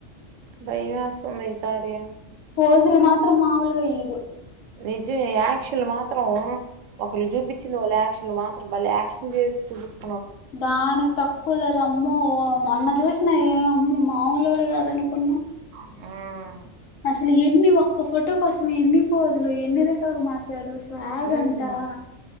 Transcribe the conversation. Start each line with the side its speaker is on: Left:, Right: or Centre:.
Right: భయమేస్తుంది ఈ సారి
Left: పోజులు మాత్రం మామూలుగా ఇయ్యడు
Right: నిజు ఈ యాక్చువల్ మాత్రం ఒకళ్లు చూపించింది వాళ్ళ యాక్షన్లు మాత్రం మళ్లీ యాక్షన్ చేసి చూపిస్తా
Left: దానికి తక్కువ లేదు అమ్మో మొన్న చూసిన ఏ అమ్మో మామూలోడు కాదనుకున్నా
Right: హు
Left: అసలు ఎన్ని ఒక్క ఫోటో కోసం ఎన్ని పోజులు ఎన్నిదిక్కులకి మరు చెడు స్వాగ్
Right: ఉమ్
Left: అంటవా